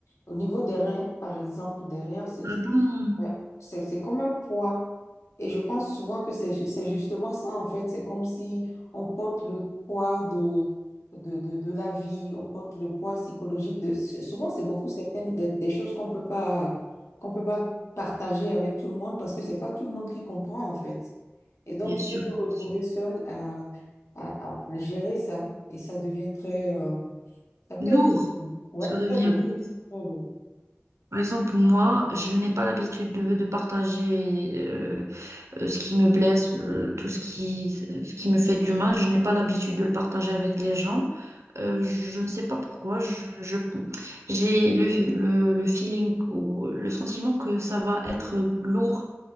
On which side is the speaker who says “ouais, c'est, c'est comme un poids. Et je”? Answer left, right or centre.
Left